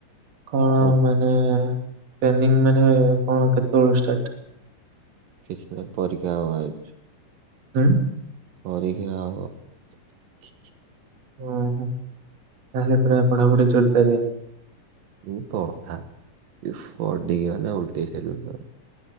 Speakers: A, on the right; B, on the right.
A: କଣ
B: ହବ।
A: ମାନେ ଟ୍ରେନିଙ୍ଗି ମାନେ କଣ କେତେବେଳ ଷ୍ଟାର୍ଟ?
B: କିଛି ଦିନ ପରିକା। <unintelligible>
A: ହୁଁ।
B: ପରୀକ୍ଷା ହବ ।
A: ଓହୋ ତାହେଲେ ପୁରା ପଢାପଢି ଜୋରଦାରିଆ।
B: ମୁ ତ ଅଧା ପଢ଼ି କିନା ଓଲେଟେଇସାରିଲୁନି ।